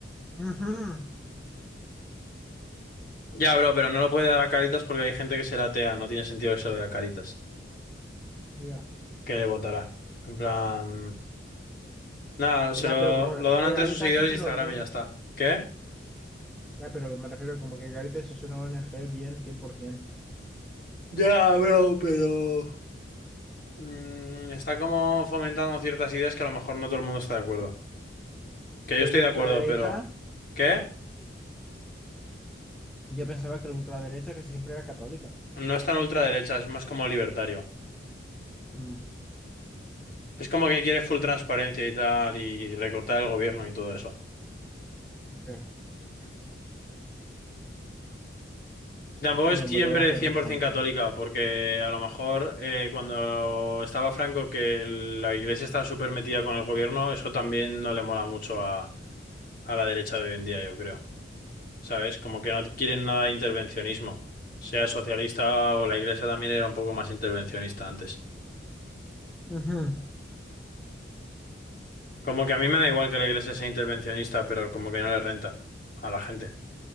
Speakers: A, in the centre; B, on the left.
A: Ujú.
B: Ya, bro, pero no lo puede dar a Caritas porque hay gente que será atea. No tiene sentido que se lo dé a Caritas.
A: Ya.
B: Que le votará. En plan... Nada, se
A: Ya,
B: lo,
A: pero como
B: lo donan
A: que
B: entre
A: Caritas
B: sus seguidores
A: hace
B: de Instagram
A: lo bien.
B: y ya está. ¿Qué?
A: Ya, pero me refiero como que Caritas es una ONG bien 100%.
B: Ya, bro, pero... Mm, está como fomentando ciertas ideas que a lo mejor no todo el mundo está de acuerdo. Que
A: Pero
B: yo estoy
A: es ultraderecha.
B: de acuerdo, pero... ¿Qué?
A: Yo pensaba que la ultraderecha que siempre era católica.
B: No es tan ultraderecha, es más como libertario.
A: Mm,
B: Es como que quiere full transparencia y tal, y recortar el gobierno y todo eso.
A: ya.
B: Tampoco
A: Sí,
B: es
A: bombardear
B: siempre
A: a perro
B: 100%
A: Sánchez.
B: católica, porque a lo mejor eh, cuando estaba Franco que el- la iglesia estaba súper metida con el gobierno, eso también no le mola mucho a, a la derecha de hoy en día, yo creo. ¿Sabes? Como que no quieren nada de intervencionismo. Sea socialista o la iglesia también era un poco más intervencionista antes.
A: Ujú,
B: Como que a mí me da igual que la iglesia sea intervencionista, pero como que no le renta a la gente.